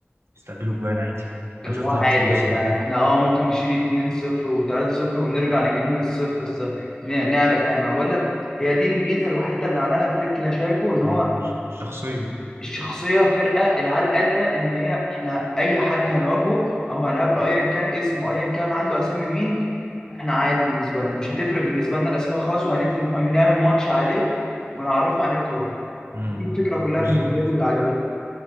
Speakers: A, on the right; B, on the left.
A: يستقبلوا جوان عادي
B: اللي
A: أنا شفتها
B: هو عادي
A: كتير
B: يا
A: السنة
B: جدعان
A: دي
B: احنا اه ممكن نشيل 2-0 و3-0 ونرجع نجيب من الصفر الس- ن- نعلى تاني ما انا بقول لك هي دي الميزه الوحيده اللي عملها فليك اللي شايفه ان هو
A: مم. شخصية
B: الشخصية فرقة العيال قادرة إن هي إحنا أي حد هنواجهه أو هنقابله أيا كان اسمه أيا كان عنده أسامي مين إحنا عادي بالنسبة لنا مش هتفرق بالنسبة لنا الأسامي خالص وهننزل نح- نعمل ماتش عليه ونعرفه يعني إيه كورة
A: مم.
B: دي الفكرة كلها
A: بالظبط
B: بالنسبة لي اللي عجبتني